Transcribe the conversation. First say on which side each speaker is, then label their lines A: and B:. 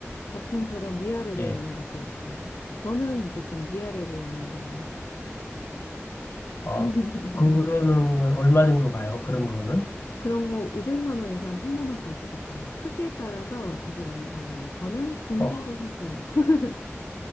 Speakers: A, on the left; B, on the left.
A: 밥통처럼 위아래로
B: 예.
A: 여는 것도 있고. 저는 이제 좀 위아래로 여는 거예요.
B: 아,
A: <laughs>
B: 그러는 걸 얼마 정도 가요? 그런 거는?
A: 그런 거 500만 원에서 한 1000만 원까지도 가요. 크기에 따라서 되게 많이 달라요. 저는 중고로
B: 어,
A: 샀어요. <laughs>